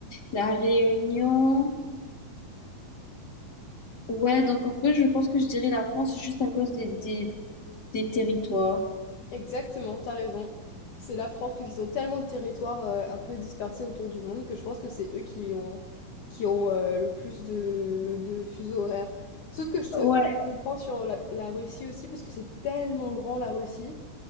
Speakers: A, on the left; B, on the left.
A: la Réunion. Ouais, donc en vrai, je pense que je dirais la France juste à cause des, des, des territoires.
B: Exactement, t'as raison. C'est la France, parce qu'ils ont tellement de territoires euh, un peu dispersés autour du monde que je pense que c'est eux qui ont, qui ont euh, le plus de, de fuseaux horaires. Sauf que je te
A: Ouais,
B: je comprends sur la, la Russie aussi, parce que c'est tellement grand la Russie.